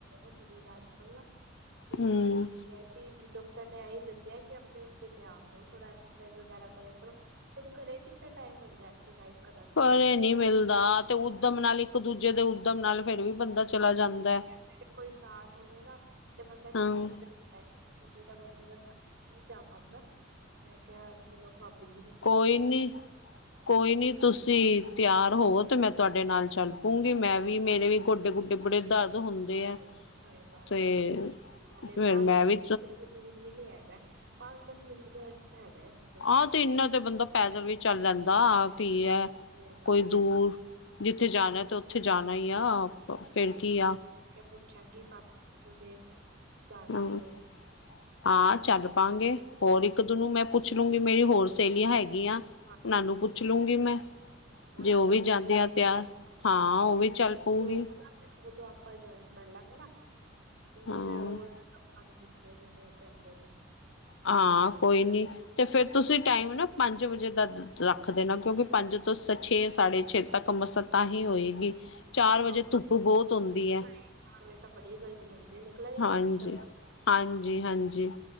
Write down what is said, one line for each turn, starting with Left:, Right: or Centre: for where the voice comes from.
Right: ਸਰੀਰ ਅੱਜ-ਕਲ ਨਾਂ ਤੇ
Left: ਹਮ
Right: ਓਹੀ ਏ ਕੀ ਡਾਕਟਰ ਨੇ ਏਹੀ ਦੱਸਿਆ ਕਿ ਆਪਣੇ ਉੱਤੇ ਧਿਆਨ ਦੋ ਥੋੜਾ, ਐਕਸਰਸਾਈਜ਼ ਵਗੈਰਾ ਕਰਿਆ ਕਰੋ, ਹੁਣ ਘਰੇ ਕਿਥੇ ਟਾਈਮ ਮਿਲਦਾ ਐਕਸਰਸਾਈਜ਼ ਕਰਨ ਦਾ
Left: ਘਰੇ ਨ੍ਹੀਂ ਮਿਲਦਾ ਤੇ ਉੱਦਮ
Right: ਹਾਂ,
Left: ਨਾਲ ਇੱਕ ਦੂਜੇ ਦੇ ਉੱਦਮ ਨਾਲ ਫਿਰ ਵੀ ਬੰਦਾ ਚਲਾ ਜਾਂਦਾ ਐ।
Right: ਦੇ ਕੋਈ ਸਾਥ ਹੋਵੇ ਨਾਂ ਤੇ ਬੰਦਾ
Left: ਹਾਂ
Right: ਚਲਾ ਵੀ ਜਾਂ ਅਕੇਲੇ ਦਾ ਬੰਦੇ ਦਾ ਸਾ ਨਈਂ ਜਾ ਪਾਂਦਾ ਮੈਂ ਕਿਆ ਚਲੋ ਭਾਬੀ ਜੀ ਨੂੰ ਪੁੱਛਦੀ
Left: ਕੋਈ
Right: ਆ
Left: ਨੀਂ ਕੋਈ ਨ੍ਹੀਂ ਤੁਸੀਂ ਤਿਆਰ ਹੋਵੋ ਤਾਂ ਮੈਂ ਤੁਆਡੇ ਨਾਲ ਚੱਲ ਪਊਂਂਗੀ ਮੈਂ ਵੀ ਮੇਰੇ ਵੀ ਗੋਡੇ-ਗੁਡੇ ਬੜੇ ਦਰਦ ਹੁੰਦੇ ਐ,
Right: ਸਹੀ ਸਹੀ ਗੱਲ
Left: ਤੇ,
Right: ਹੈ ਹਲੇ
Left: ਫਿਰ
Right: ਪੰਜ
Left: ਮੈਂ ਵੀ
Right: ਦੂਰ ਵੀ ਨ੍ਹੀਂ ਹੈਗਾ, ਪੰਜ-ਦਸ ਮਿੰਟ ਦਾ ਰਸਤਾ ਹੈਗਾ। ਬਸ
Left: ਆਹ ਤੇ ਏਨਾਂ ਤੇ ਬੰਦਾ ਪੈਦਲ ਵੀ ਚੱਲ ਲੈਂਦਾ
Right: ਸਹੀ
Left: ਕੀ
Right: ਉਹ
Left: ਐ
Right: ਸਹੀ ਗੱਲ
Left: ਕੋਈ ਦੂਰ
Right: ਹੈ
Left: ਜਿੱਥੇ ਜਾਣਾ, ਤੇ ਓਥੇ ਜਾਣਾ ਈ ਆ।
Right: ਸਹੀ
Left: ਫੇਰ
Right: ਗੱਲ
Left: ਕੀ
Right: ਏ,
Left: ਆ
Right: ਕੇ ਪੁੱਛਾਂਗੀ ਭਾਬੀ ਨੂੰ ਜੇ ਜਾਣਾ
Left: ਹਂ।
Right: <inaudible>
Left: ਹਾਂ ਚੱਲ ਪਾਾਂਗੇ। ਹੋਰ ਇੱਕ-ਦੂ ਨੂੰ ਮੈਂ ਪੁੱਛ ਲੂੰਗੀ, ਮੇਰੀ ਹੋਰ ਸਹੇਲੀਆਂ ਹੈਗੀਆਂ।
Right: ਹਾਂਜੀ
Left: ਓਨਾਂ ਨੂੰ ਪੁੱਛ ਲੂੰਗੀ ਮੈਂ
Right: ਉਹਨਾਂ
Left: ਜੇ ਓ
Right: ਦਾ
Left: ਵੀ
Right: ਹੁਣ
Left: ਜਾਂਦੀਆਂ ਤਿਆਰ।
Right: ਬੈਠਾ
Left: ਹਾਂ, ਓ
Right: ਨਹੀਂ
Left: ਵੀ ਚੱਲ ਪਊਗੀ।
Right: ਹੋਊਗਾ ਨਾ ਫਿਰ ਉਦੋਂ ਆਪਾਂ ਜੁਆਇਨ ਕਰ ਲਾਂਗੇ ਨਾਂ, ਇੰਨੇ
Left: ਹਾਂ
Right: ਚ ਹੋਰ ਆਨੂੰ ਪੂਛ ਲੋ ਜੇੜੇ ਜਾਂਦੇ ਨੇਂ।
Left: ਹਾਂ, ਕੋਈ ਨੀਂ। ਤੇ ਫਿਰ ਤੁਸੀਂ ਟਾਈਮ ਨਾਂ ਪੰਜ ਵਜੇ ਦਾ ਰੱਖ ਦੇਣਾ ਕਿਉਂਕਿ ਪੰਜ ਤੋਂ ਸ ਛੇ ਸਾਢੇ ਛੇ ਤੱਕ ਮਸਾਂ ਤਾਂ ਹੀ ਹੋਏਗੀ। ਚਾਰ
Right: ਹਾਂ
Left: ਵਜੇ
Right: ਨਹੀਂ
Left: ਧੁੱਪ ਬਹੁਤ ਹੁੰਦੀ ਹੈ
Right: ਚਾਰ ਵਜੇ ਤਾਂ ਬੜੀ ਗਰਮੀ ਹੁੰਦੀ ਹੈ ਨਿਕਲਿਆ ਹੀ ਨਹੀਂ
Left: ਹਾਂਜੀ।
Right: ਜਾਂਦਾ ਘਰ।
Left: ਹਾਂਜੀ-ਹਾਂਜੀ